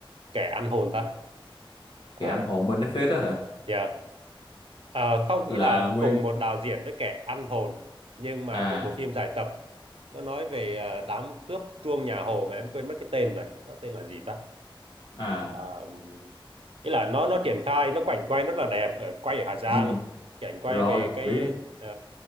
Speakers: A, on the right; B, on the left.
A: kẻ ăn hồn ta
B: kẻ
A: à,
B: âm hồn bên Netflix đó hả
A: yeah. Ờ, không
B: là
A: nghĩ là
B: nguyên
A: cùng một đạo diễn với kẻ ăn hồn nhưng mà
B: à
A: một bộ phim dài tập nó nói về ờ, đám cướp truông nhà Hồ mà em quên mất cái tên rồi nó tên là gì ta
B: à
A: Ờ, ý là nó nó triển khai nó quảnh quay rất là đẹp ở quay ở Hà Giang
B: ừ
A: cảnh quay
B: rồi
A: về cái
B: biết
A: ờ,